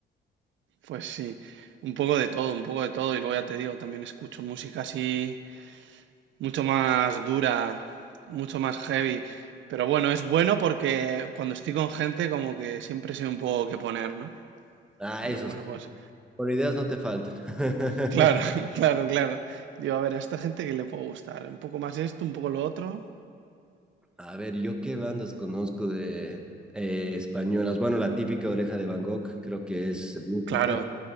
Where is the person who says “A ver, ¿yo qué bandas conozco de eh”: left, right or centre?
Centre